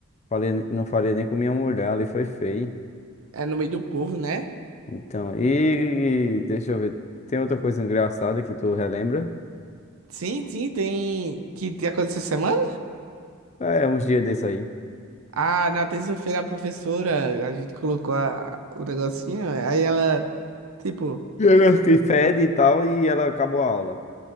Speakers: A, on the left (about 30°); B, on the right (about 75°).
A: Falei, não falei nem com minha mulher, ali foi feio.
B: É no meio do povo, né?
A: Então, e deixa eu ver. Tem outra coisa engraçada que tu relembra?
B: Sim, sim, tem que que aconteceu essa semana?
A: É, uns dias desse aí.
B: Ah, na terça-feira a professora, a gente colocou a- o negocinho, aí ela, tipo,
A: <laughs> Ela
B: ficou,
A: que fede e tal, e ela acabou a aula.